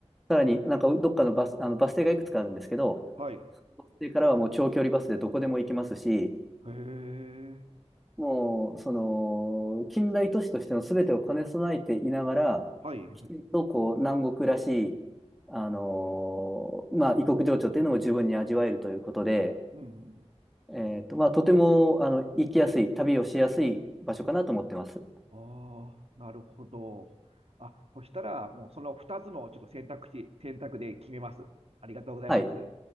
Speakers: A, in the centre; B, on the right.
A: さらになんかどっかのバス、あのバス停がいくつかあるんですけど、
B: はい、
A: そのバス停からはもう長距離バスでどこでも行きますし、
B: へえ、
A: もう、その、近代都市としての全てを兼ね備えていながら、
B: はい、
A: きちんとこう、
B: はい。
A: 南国らしい、あのーまあ、異国情緒というのも十分に味わえるということで、
B: うん、うん
A: えっと、まあ、とても、あの、行きやすい、旅をしやすい場所かなと思ってます。
B: ああ、なるほど。あ、そしたら、もうその2つのちょっと選択肢、選択で決めます。ありがとうございます。
A: はい。